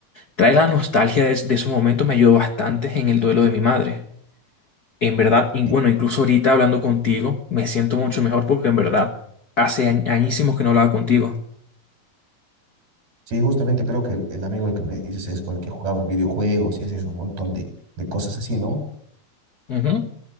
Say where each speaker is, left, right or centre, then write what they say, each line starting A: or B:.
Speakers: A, on the left; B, on the right.
A: trae la nostalgia de, de esos momentos, me ayudó bastante en el duelo de mi madre. En verdad, y
B: Sí,
A: bueno, incluso ahorita hablando contigo, me siento mucho mejor porque en verdad hace añ- añísimos que no hablaba contigo.
B: sí, justamente creo que el, el amigo al que me dices es con el que jugaba videojuegos y hacías un montón de, de cosas así, ¿no?
A: Ujú,